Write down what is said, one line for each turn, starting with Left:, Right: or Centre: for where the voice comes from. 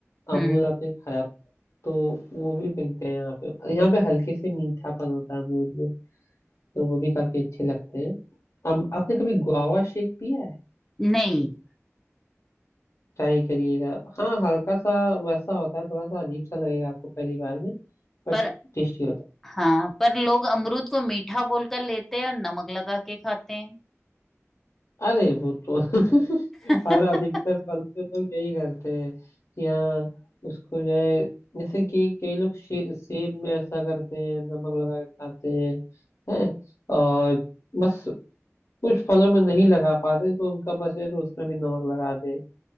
Centre: हम्म
Left: अमरूद आपने खाया तो वो भी मिलते हैं यहाँ पे यहाँ पे हल्के से मीठापन होता है अमरूद में तो वो भी काफी अच्छे लगते हैं अम, आपने कभी गुआवा शेक पिया है
Centre: नहीं
Left: ट्राई करिएगा हाँ हल्का सा वैसा होता है थोड़ा सा अजीब सा लगेगा आपको पहली बार में बट
Centre: पर
Left: टेस्टी होता
Centre: हाँ पर लोग अमरूद को मीठा बोलकर लेते हैं और नमक लगा के खाते हैं
Left: है अरे वो तो <laughs>
Centre: <laughs>
Left: और अधिकतर फल पे तो यही करते हैं कि हाँ उसको जो है जैसे कि कई लोग शे, सेब में ऐसा करते हैं नमक लगा के खाते हैं है और बस कुछ फलों में नहीं लगा पाते तो उनका बस है तो उसमें भी नमक लगा दे